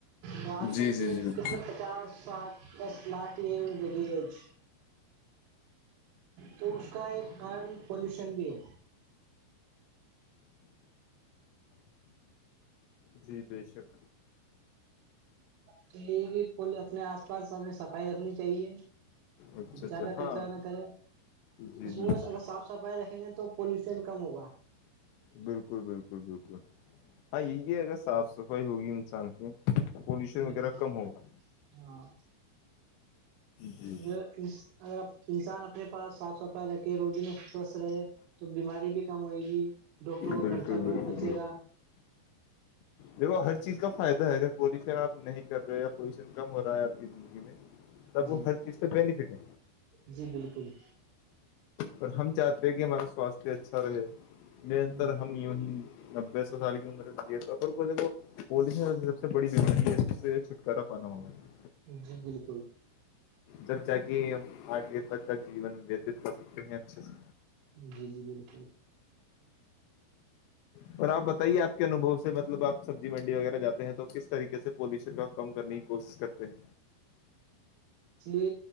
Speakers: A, on the right; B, on the left.
A: تو آج
B: جی
A: کل
B: جی
A: کے
B: جی بالکل
A: کتنے پچاس سال بس لاٹ یہگ تو اس کا ایک کار پولوشن بھی ہے
B: جی بے شک
A: تو یہ کہ پولے اپنے آس پاس ہمیں صفائی رکھنی چاہیے
B: اچھا اچھا
A: زیادہ کچرا
B: ہاں
A: نہ کرے
B: جی
A: ب
B: بالکل
A: وہ اگر صاف صفائی رکھیں گے تو پولوشن کم ہوگا
B: بالکل بالکل بالکل ہاں یہ ہے اگر صاف صفائی ہوگی انسان کی پولوشن وغیرہ
A: بالکل
B: کم ہوگا
A: ہاں
B: جی
A: اگر اس اگر انسان اپنے پاس صاف صفائی رکھے روزی نے سوستھ رہے تو بیماری بھی کم ہوئے گی ڈاکٹروں کا
B: بالکل
A: خرچہ
B: بالکل
A: بچے گا
B: دیکو ہر چیز کا فائدہ ہے اگر پالیوشن آپ نہیں کر رہے یا پولیشن کم ہو رہا ہے آپ کی زندگی میں تب
A: جی
B: وہ ہر چیز سے بینیفٹ ہے
A: جی بالکل
B: اور ہم چاہتے ہیں کہ ہمارا سواستھ اچھا رہے نرنتر
A: ہ
B: ہم یی نبے سو سال کی عمر سےجیے پر کو د کو پولشن سب سے بڑی بیماری ہے سب سے چھٹکارا پانا ہوگا
A: جی بالکل
B: جب جا کے آگے تک کا جیون وتیت کر سکتے ہیں اچھے سے
A: جی جی بالکل
B: اور آپ بتائیے آپ کے انوبو سے مطلب آپ سبزی منڈی وغیرہ جے ہیں تو کس طریق سے پالوشن کا کمنے کی کوشش کرتے ہیں
A: جے